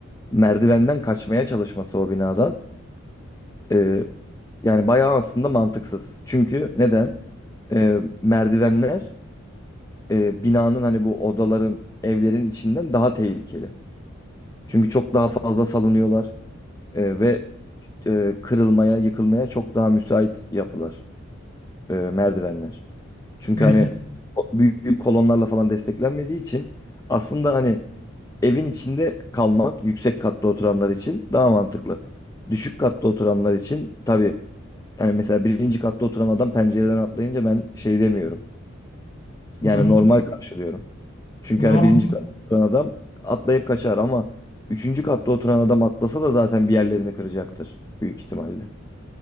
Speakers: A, on the left; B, on the left.
A: Merdivenden kaçmaya çalışması o binadan e, yani bayağı aslında mantıksız. Çünkü neden? E, merdivenler e, binanın hani bu odaların, evlerin içinden daha tehlikeli. Çünkü çok daha fazla salınıyorlar e, ve e, kırılmaya, yıkılmaya çok daha müsait yapılar, e, merdivenler. Çünkü
B: Yani
A: hani o büyük kolonlarla falan desteklenmediği için aslında hani evin içinde kalmak yüksek katta oturanlar için daha mantıklı. Düşük katta oturanlar için tabii yani mesela birinci katta oturan adam pencereden atlayınca ben şey demiyorum. Yani
B: o zaman,
A: normal karşılıyorum. Çünkü
B: o zaman
A: hani birinci katta oturan adam atlayıp kaçar ama üçüncü katta oturan adam atlasa da zaten bir yerlerini kıracaktır büyük ihtimalle.